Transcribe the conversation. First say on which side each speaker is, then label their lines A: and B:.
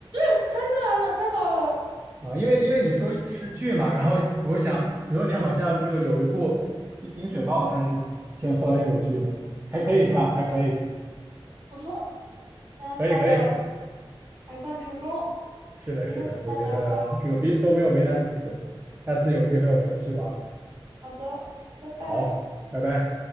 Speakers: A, on the right (about 55°); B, on the right (about 20°).
A: 猜出来了，太好了，
B: 啊，因为因为你说是剧嘛，然后我想九六年好像这个有一部《冰冰雪暴》，它是先后来又有剧的，还可以是吧？还可以，
A: 不错，今天猜的
B: 可以可以。
A: 还算成功。
B: 是的，
A: 嗯，
B: 是的，
A: 下次再聊吧。
B: 我觉得这个彼都没有为难彼此。下次有机会我们继续玩儿
A: 嗯，好的，拜拜。
B: 好，拜拜。